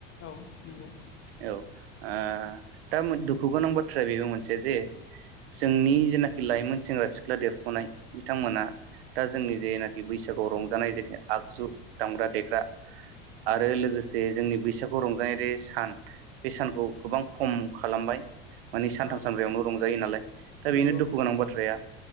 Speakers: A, on the left; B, on the right.
A: औ नोंगौ
B: औ ओ दा दुखु गोनां बाथ्राया बेबो मोनसे जे जोंनि जेनाखि लाइमोन सेंग्रा सिख्ला देरफुनाय बिथांमोना दा जोंनि जेनाखि बैस सागु रंजानाय जेरै आगजु दामग्रा देग्रा आरो लोगोसे जोंनि बैसागु रंजानाय दि सान बे सानखौ गोबां खम खालामबाय माने सानथाम
A: औ
B: सानब्रैयावनो रंजायो नालाय दा बेनो
A: नंगौ
B: दुखु गोनां बाथ्राया